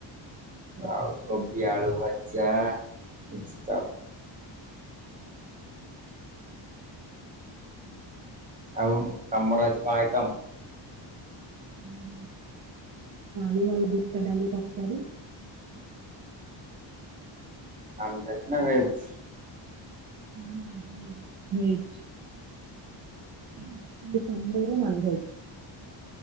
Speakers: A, on the right (about 15°); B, on the right (about 55°).
A: ଆଉ କୋବି ଆଳୁ ଭଜା <inaudible> ଆଉ ତମର ଆଜି କଣ ଆଇଟମ।
B: ଆମର ଆଳୁ ଆଉ ବୁଟ ଡାଲି ତରକାରୀ।
A: ନନଭେଜ ନା ଭେଜ୍।
B: ନା ନା ଭେଜ୍। <unintelligible> Non veg.